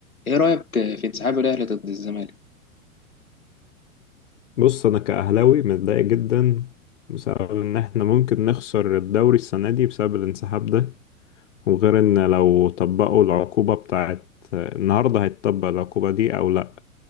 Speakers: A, on the left; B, on the left.
A: ايه رأيك في انسحاب الاهلي ضد الزمالك
B: بص انا كاهلاوي متضايق جدا بسبب ان احنا ممكن نخسر الدوري السنه دي بسبب الانسحاب ده وغير ان لو طبقوا العقوبه بتاعت النهارده هيتطبق العقوبه دي او لا